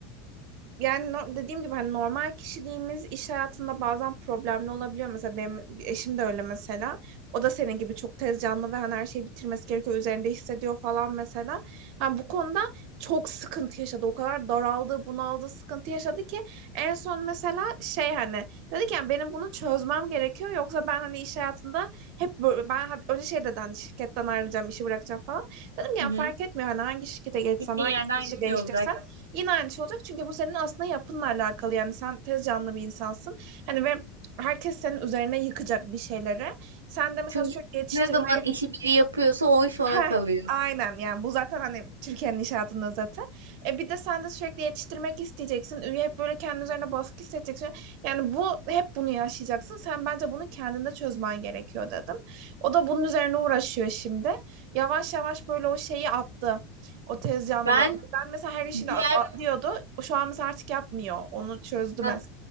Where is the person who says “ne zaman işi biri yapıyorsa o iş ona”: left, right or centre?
Right